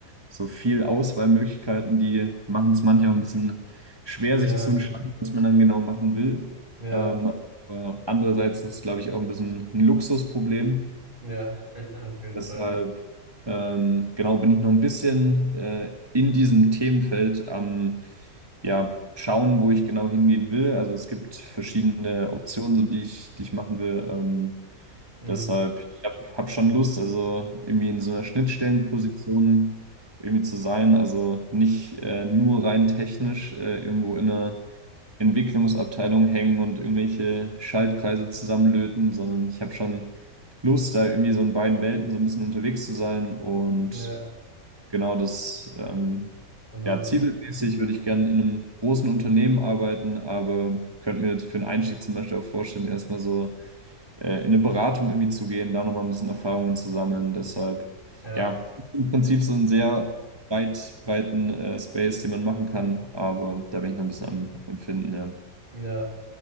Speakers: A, on the right (about 20°); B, on the right (about 35°).
A: so viel Auswahlmöglichkeiten, die machen es manchmal auch ein bisschen schwer,
B: Ja,
A: sich zu entscheiden, was man dann genau machen will.
B: ja,
A: Ähm, äh, andererseits ist es, glaube ich, auch ein bisschen ein Luxusproblem.
B: ja, <laughs> auf jeden
A: Deshalb,
B: Fall.
A: ähm, genau, bin ich noch ein bisschen äh, in diesem Themenfeld am, ja, schauen, wo ich genau hingehen will. Also es gibt verschiedene Optionen, so die ich, die ich machen will. Ähm,
B: Mhm,
A: deshalb, ich habe hab hab schon Lust, also irgendwie in so einer Schnittstellenposition irgendwie zu sein. Also nicht äh, nur rein technisch äh, irgendwo in einer Entwicklungsabteilung hängen und irgendwelche Schaltkreise zusammenlöten, sondern ich habe schon Lust, da irgendwie so in beiden Welten so ein bisschen unterwegs zu sein. Und
B: ja,
A: genau das, ähm,
B: genau.
A: ja, zielbildmäßig würde ich gerne in einem großen Unternehmen arbeiten, aber könnte mir jetzt für einen Einstieg zum Beispiel auch vorstellen, erstmal so äh, in eine Beratung irgendwie zu gehen, da nochmal ein bisschen Erfahrungen zu sammeln. Deshalb,
B: Ja,
A: ja, im Prinzip so ein sehr weit breiten äh, Space, den man machen kann, aber da bin ich noch ein bisschen am, am Finden, ja.
B: ja.